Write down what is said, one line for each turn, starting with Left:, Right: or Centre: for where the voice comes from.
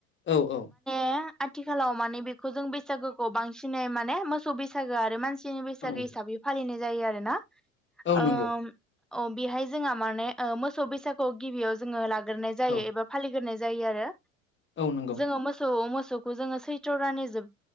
Left: औ औ।
Centre: आथिखालाव माने बेखौ जों बैसागोखौ बांसिनै माने मोसौ बैसागो आरो मानसि नि बैसागो
Left: औ
Centre: हिसाबै फालिनाय जायो आरो ना।
Left: औ
Centre: अ
Left: नंगौ
Centre: बेहाय जोंहा माने मोसौ बैसागु गिबियाव जोङो लाग्रोनाय जायो
Left: औ
Centre: एबा फालिग्रोनाय जायो आरो।
Left: औ नंगौ।
Centre: जोङो मोसौ मोसौखौ जोङो सैथ्र' दाननि जोब